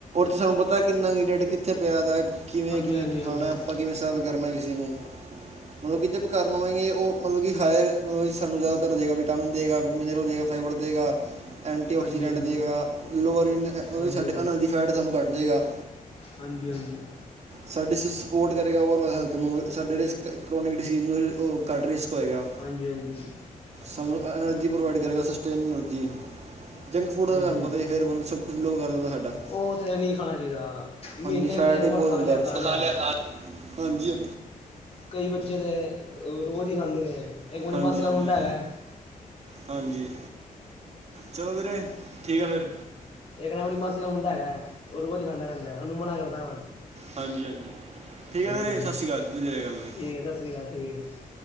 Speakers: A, on the right (about 50°); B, on the left (about 40°).
A: ਤੁਹਾਨੂੰ ਪਤਾ ਕਿੰਨਾ ਕੁ ਰੇਟ ਕਿੱਥੇ ਪਿਆ ਹੈ੍ਹ ਵਾ। ਕਿਵੇਂ-ਕਿਵੇਂ
B: ਹਾਂਜੀ ਹਾਂਜੀ
A: ਖਾਣਾ
B: ਹਾਂਜੀ
A: ਆਪਾਂ, ਕਿਵੇਂ ਸਰਵ ਕਰਨਾ ਕਿਸੇ ਨੂੰ। ਮਤਲਬ <unintelligible> ਕਰ ਲਵਾਂਗੇ। ਉਹ ਮਤਲਬ ਕਿ ਹਾਇਰ ਮਤਲਬ ਸਾਨੂੰ ਜ਼ਿਆਦਾਤਰ ਦੇਗਾ ਵਿਟਾਮਿਨ ਦੇਗਾ ਮਿਨਰਲ ਦੇਗਾ, ਫਾਈਬਰ ਦੇਗਾ। ਐਂਟੀਆਕਸੀਡੈਂਟ
B: ਹਾਂਜੀ
A: ਦੇਗਾ, ਲੋ ਰੀਨ
B: ਹਾਂਜੀ
A: ਓ ਸਾਡੇ ਅਨੈਰਜੀ ਫੈਟ ਸਾਨੂੰ ਘੱਟ ਦੇਗਾ।
B: ਹਾਂਜੀ-ਹਾਂਜੀ।
A: ਸਾਡੇ ਸ, ਸ ਸਪੋਟ ਕਰੇਗਾ ਓਵਰ ਔਲ ਹੈਲਥ ਨੂੰ, ਸਾਡੇ ਜ ਕਰੋਨਿਕ ਡਿਸੀਜ਼ ਨੂੰ ਓ ਅ ਘਾੱਟ ਰਿਸਕ ਹੋਏਗਾ,
B: ਹਾਂਜੀ ਹਾਂਜੀ
A: ਸਾਨੂੰ ਐਨਰਜੀ ਪ੍ਰੋਵਾਈਡ ਕਰੇਗਾ ਸਸਟੇਨ ਐਨਰਜੀ। ਜੰਕ ਫੂਡ
B: ਹਾਂਜੀ
A: ਦਾ ਵੀ ਤੁਹਾਨੂੰ ਪਤਾ ਹੀ ਫਿਰ ਮਤਲਬ ਸਭ ਕੁਛ ਲੋਹ ਕਰ ਦਿੰਦਾ ਸਾਡਾ
B: ਉਹ ਤੇ ਨਹੀਂ ਖਾਣਾ ਚਾਹੀਦਾ ਮਹੀਨੇ
A: ਹਾਂਜੀ ਫੈਟ
B: 'ਚ ਇੱਕ
A: ਹੀ ਬਹੁਤ
B: ਵਾਰ ਖਾ
A: ਹੁੰਦਾ
B: ਲਿਆ
A: ੳਦੇ
B: ਖਾ
A: ਚ
B: ਲਿਆ
A: ਖਾਲਿਆ ਖ <unintelligible> ਹਾਂਜੀ
B: ਕਈ ਬੱਚੇ ਤਾਂ ਰੋਜ਼ ਹੀ ਖਾਂਦੇ ਨੇ। ਇੱਕ ਮੇਰੀ
A: ਹਾਂਜੀ-ਹਾਂਜੀ।
B: ਮਾਸੀ ਦਾ ਮੁੰਡਾ ਹੈਗਾ ਹੈ,
A: ਹਾਂਜੀ ਚਲੋ ਵੀਰੇ ਠੀਕ ਹੈ ਫਿਰ
B: ਇਹ ਨਾ ਮੇਰੀ ਮਾਸੀ ਦਾ ਮੁੰਡਾ ਹੈਗਾ ਉਹ ਰੋਜ਼ ਖਾਂਦਾ ਰਹਿੰਦਾ ਹੈ ਉਹਨੂੰ ਮਨਾ ਕਰਦਾ ਵਾ
A: ਹਾਂਜੀ ਹਾਂਜੀ ਠੀਕ
B: ਹਾਂਜੀ
A: ਹੈ ਵੀਰੇ
B: ਹਾਂਜੀ
A: ਸਤਿ ਸ਼੍ਰੀ ਅਕਾਲ ਵਧੀਆ ਰਹੇਗਾ ਵੀਰੇ
B: ਠੀਕ ਹੈ ਸਤਿ ਸ੍ਰੀ ਅਕਾਲ ਠੀਕ